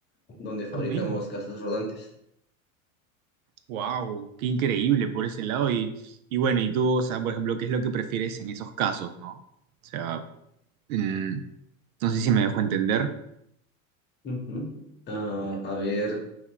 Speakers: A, on the left; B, on the right.
A: donde fabricamos
B: Ah, mira.
A: casas rodantes.
B: Wow, qué increíble por ese lado. Y, y bueno, y tú, o sea, por ejemplo, ¿qué es lo que prefieres en esos casos, no? O sea, mm, no sé si me dejo entender.
A: Ujú. Ah, a ver,